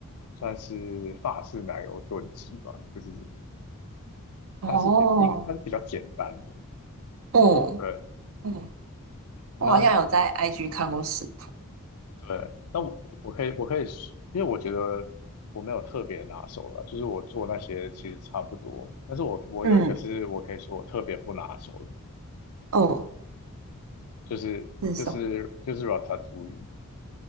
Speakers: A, on the left; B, on the right.
A: 算是法式奶油炖鸡吧，就是
B: 哦。
A: 它是比一个它是比较简单的。
B: 哦，
A: 对，
B: 嗯，
A: 那
B: 我好像有在 IG 看过食谱。
A: 对，那我我可以我可以说，因为我觉得我没有特别拿手的，就是我做那些其实差不多，但是我我有一个是我可以说我特别不拿手的，
B: 嗯，哦，
A: 就是就是就是
B: 是什么？
A: ratatouille，